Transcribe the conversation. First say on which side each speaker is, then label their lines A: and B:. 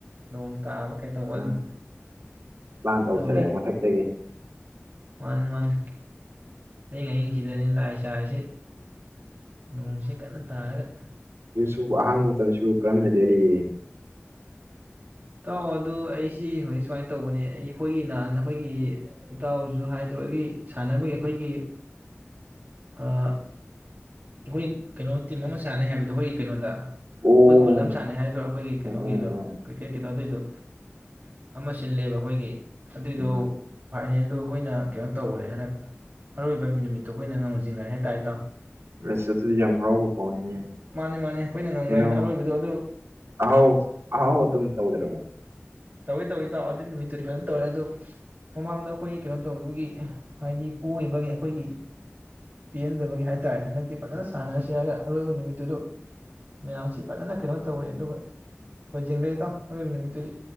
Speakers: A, on the right; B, on the right.
A: ꯅꯣꯡ ꯇꯥꯕ ꯀꯩꯗꯧꯕ ꯑꯗꯨꯝ
B: ꯎꯝ ꯄ꯭ꯂꯥꯟ ꯇꯧꯊꯔꯛꯑꯦ
A: ꯇꯧꯔꯤ
B: ꯃꯊꯛꯇꯒꯤ
A: ꯃꯥꯅꯤ ꯃꯥꯅꯤ ꯑꯍꯤꯡ ꯑꯍꯤꯡꯁꯤꯗꯅꯤ ꯂꯥꯢ ꯁꯥꯢꯁꯤ ꯅꯣꯡꯁꯤ ꯀꯟꯅ ꯇꯥꯔꯒ
B: ꯁꯤꯕꯨ ꯑꯍꯥꯡꯕ ꯃꯇꯝ ꯁꯤꯕꯨ ꯀꯔꯝꯅ ꯂꯦꯜꯂꯤꯒꯦ
A: ꯏꯇꯥꯎ ꯑꯗꯨ ꯑꯩꯁꯤ ꯍꯧꯖꯤꯛ ꯁꯨꯃꯥꯏꯟ ꯇꯧꯕꯅꯤ ꯑꯩ ꯑꯩꯈꯣꯢꯒꯤ ꯅꯍꯥꯟ ꯑꯩꯈꯣꯢꯒꯤ ꯏꯇꯥꯎꯁꯨ ꯍꯥꯏꯗꯕꯒꯤ ꯁꯥꯟꯅꯕꯒꯤ ꯑꯩꯈꯣꯢꯒꯤ ꯑꯥ ꯑꯩꯈꯣꯏ ꯀꯩꯅꯣ ꯇꯤꯝ ꯑꯃ ꯁꯥꯟꯅꯅꯦ ꯍꯥꯏꯕꯗꯣ ꯑꯩꯈꯣꯢꯒꯤ ꯀꯩꯅꯣꯗ ꯑꯩꯈꯣꯢꯒꯤ
B: ꯑꯣ
A: ꯈꯨꯜꯗ ꯑꯃ ꯁꯥꯟꯅꯅꯦ ꯍꯥꯏꯗ꯭ꯔ ꯑꯩꯈꯣꯢꯒꯤ ꯀꯩꯅꯣꯒꯤꯗꯣ
B: ꯑꯣ ꯑꯣ ꯑꯣ
A: ꯀꯔꯤꯛꯀꯦꯠ ꯑꯗꯨꯏꯗꯣ ꯑꯃ ꯁꯤꯜꯂꯦꯕ ꯑꯩꯈꯣꯢꯒꯤ ꯑꯗꯨꯏꯗꯣ
B: ꯎꯝ
A: ꯐꯥꯏꯅꯦꯜꯗꯣ ꯑꯩꯈꯣꯢꯅ ꯀꯩꯅꯣ ꯇꯧꯒꯔꯦ ꯍꯟꯗꯛ ꯑꯔꯣꯏꯕ ꯃꯤꯟ ꯅꯨꯃꯤꯠꯇꯣ ꯑꯩꯈꯣꯢꯅ ꯉꯝꯖꯤꯟꯒꯔꯦ ꯍꯥꯏ ꯇꯥꯔꯦ ꯏꯇꯥꯎ
B: ꯑꯁ ꯑꯗꯨꯗꯤ ꯌꯥꯝ ꯍꯥꯎꯕ ꯄꯥꯎꯅꯤꯅꯦꯀꯩꯅꯣ
A: ꯃꯥꯅꯤ ꯃꯥꯅꯤ ꯑꯩꯈꯣꯏꯅ ꯉꯝꯈ꯭ꯔꯦ ꯍꯟꯗꯛ ꯑꯔꯣꯏꯕꯗꯣ ꯑꯗꯨ
B: ꯑꯍꯥꯎ ꯑꯍꯥꯎ ꯑꯊꯨꯝ ꯇꯧꯗ꯭ꯔꯕꯣ
A: ꯇꯧꯏ ꯇꯧꯏ ꯏꯇꯥꯎ ꯑꯗꯨꯏ ꯅꯨꯃꯤꯠꯇꯨꯗꯤ ꯐꯖꯟ ꯇꯧꯏ ꯃꯃꯥꯡꯗ ꯑꯩꯈꯣꯢ ꯀꯩꯅꯣ ꯇꯧꯒꯤꯕꯒꯤ ꯍꯥꯏꯗꯤ ꯄꯣꯒꯤꯕꯒꯤ ꯑꯩꯈꯣꯢꯒꯤ ꯄꯦꯟꯗꯕꯒꯤ ꯍꯥꯏ ꯇꯥꯔꯦꯅꯦ ꯍꯟꯗꯛꯇꯤ ꯐꯖꯅ ꯁꯥꯟꯅꯁꯤ ꯍꯥꯏꯔꯒ ꯑꯔꯣꯏꯕ ꯅꯨꯃꯤꯠꯇꯨꯗꯨ ꯃꯌꯥꯝꯁꯦ ꯐꯖꯅ ꯀꯩꯅꯣ ꯇꯧꯔꯦ ꯑꯗꯨꯒ ꯊꯣꯏꯖꯤꯟꯒ꯭ꯔꯦ ꯏꯇꯥꯎ ꯑꯔꯣꯏꯕ ꯅꯨꯃꯤꯠꯇꯨꯗꯤ